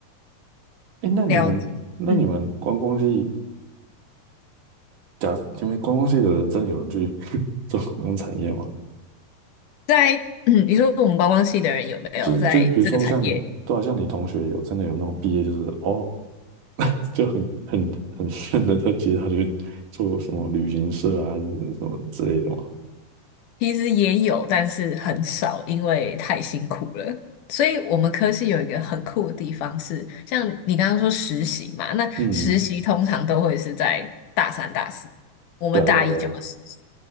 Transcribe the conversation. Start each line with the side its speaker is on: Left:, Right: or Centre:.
Right: 哎、那你们那你们观光系
Left: 了解，嗯，
Right: 假你们观光系的人真的有人去 <laughs> 做观光产业吗？
Left: 在 <clears throat> 你说我们观光系的人有没有在这个产业？
Right: 就是就是，比如说像你，对啊，像你同学有真的有那种毕业，就是哦，<laughs> 就很很很顺的，他接他去做什么旅行社啊，还是什么之类的嘛。
Left: 其实也有，但是很少，因为太辛苦了。所以我们科系有一个很酷的地方是，像你刚刚说实习嘛，那实习通常都会是在大三、
Right: 嗯，
Left: 大四，我们大一就要实习。
Right: 对啊，对啊，对啊。